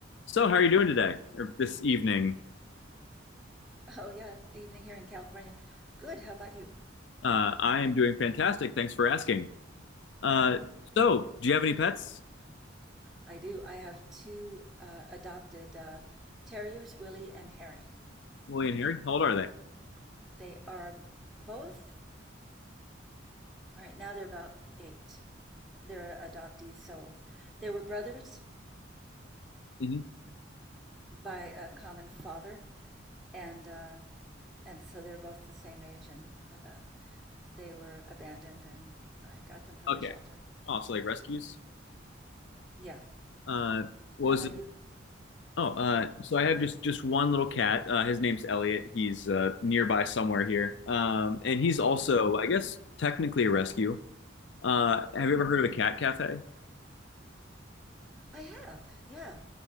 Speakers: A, on the left; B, in the centre.
A: So, how are you doing today or this evening?
B: Oh, yeah, evening here in California. Good. How about you?
A: Uh, I am doing fantastic. Thanks for asking. Uh,
B: Sure.
A: so, do you have any pets,
B: I do. I have two uh, adopted uh, terriers, Willie and Harry.
A: Willie and Harry? How old are they?
B: They are both, right now, they're about eight. They're adoptees. So they were brothers
A: hmm
B: by a common father. And, uh, and so they're both the same age. And uh, they were abandoned, and I got them from
A: Okay.
B: a shelter.
A: Oh, so like rescues.
B: Yeah.
A: Uh, what
B: How
A: was
B: about
A: it?
B: you?
A: Oh, uh, so I have just just one little cat. Uh, his name's Elliot. He's uh, nearby somewhere here, um, and he's also, I guess, technically a rescue. Uh, have you ever heard of a cat cafe?
B: I have. Yeah.